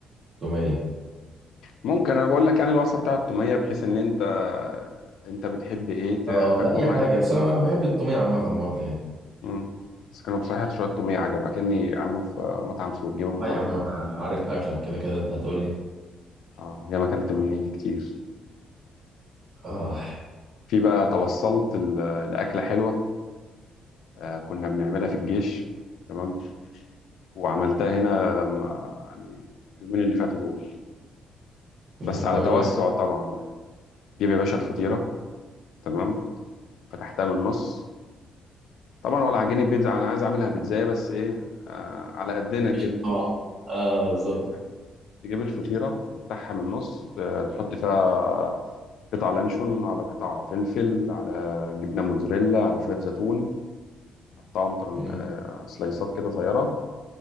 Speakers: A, on the right (about 45°); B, on the left (about 75°).
A: التوميه
B: ممكن انا بقول لك يعني الوصفه بتاعه التوميه بحيث ان انت انت بتحب ايه ت-
A: اه
B: تاكله
A: لا اي
B: معاه
A: حاجه بس انا انا بحب التوميه عامه برضه يعني
B: مم. بس كانوا بصراحه شويه توميه عجبك كاني عامله في مطعم سور جيبه من مطعم
A: لا يا عم
B: سور
A: انا عارف اكلك كده كده انت هتقول لي
B: اه ياما اكلت من ايدي كتير
A: اه
B: في بقى توصلت ال- لاكله حلوه آه كنا بنعملها في الجيش تمام وعملتها هنا لما يعني اليومين اللي فاتوا دول
A: كنت
B: بس
A: بتعمله
B: على توسع
A: ايه
B: طبعا بقى جيب يا باشا الفطيره تمام فتحتها من النص طبعا ولا عجينه بيتزا انا عايز اعملها بيتزايه بس ايه آه على قدنا
A: مفيش
B: كده
A: طبعا اه
B: ما
A: بالظبط
B: فيهاش حاجة. تجيب الفطيرة تفتحها من النص ت- تحط فيها قطع لانشون على قطع فلفل على جبنة موتزاريلا على شوية زيتون تقطعهم طر-
A: مم.
B: آه، سلايسات كده صغيرة